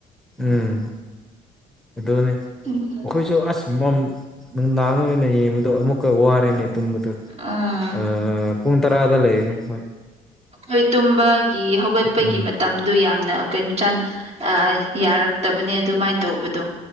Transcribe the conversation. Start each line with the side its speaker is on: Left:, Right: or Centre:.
Centre: ꯎꯝ ꯑꯗꯨꯅꯤ
Right: ꯎꯝ
Centre: ꯑꯩꯈꯣꯏꯁꯨ ꯑꯁ ꯃꯝ ꯅꯨꯡꯗꯥꯡ ꯑꯣꯏꯅ ꯌꯦꯡꯕꯗꯣ ꯑꯃꯨꯛꯀ ꯋꯥꯔ‌ꯦꯅ‌ꯦ ꯇꯨꯝꯕꯗꯨ
Right: ꯎꯝ
Centre: ꯑ ꯄꯨꯡ ꯇꯔꯥꯗ ꯂꯩꯕꯅ‌ꯦ ꯍ‌ꯣꯏ
Right: ꯍꯣꯏ ꯇꯨꯝꯕꯒꯤ ꯍꯧꯒꯠꯄꯒꯤ
Centre: ꯎꯝ
Right: ꯃ ꯇꯝꯗꯣ ꯌꯥꯝꯅ ꯀꯩꯅꯣ ꯆ ꯑꯥ ꯌꯥꯔꯛꯇꯕꯅꯦ ꯑꯗꯨꯃꯥꯏ ꯇꯧꯕꯗꯣ